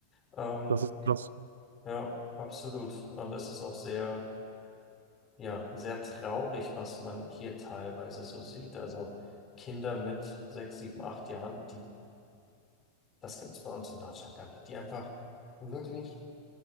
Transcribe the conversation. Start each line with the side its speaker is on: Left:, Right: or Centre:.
Left: Ähm,
Right: Das ist das.
Left: ja, absolut. Und das ist auch sehr, ja, sehr traurig, was man hier teilweise so sieht. Also Kinder mit sechs, sieben, acht Jahren, die, das gibt's bei uns in Deutschland gar nicht, die einfach wirklich